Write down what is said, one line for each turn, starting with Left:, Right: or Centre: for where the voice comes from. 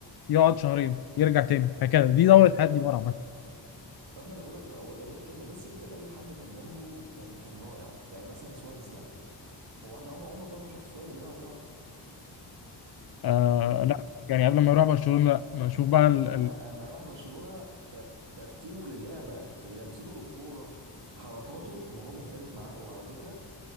Left: يقعد شهرين يرجع تاني هكذا دي دورة هادي مرة عامة
Right: طب ما انا بقول لك غير كده ميسي ادى لاي حد كان جنبه كان كان رائع يعني مثلا سواريز ده هو انت عمر- عمرك اصلا شفت سواريز بيعرف يلعب
Left: آه
Right: يعني
Left: لا يعني قبل ما يروح برشلونة لا ما اشوف بقى ال...
Right: لا
Left: ال...
Right: اما راح برشلونة ت- ترتيبه للعبة لمسته للكورة حركاته الموضوع مختلف معاه وعلى فكرة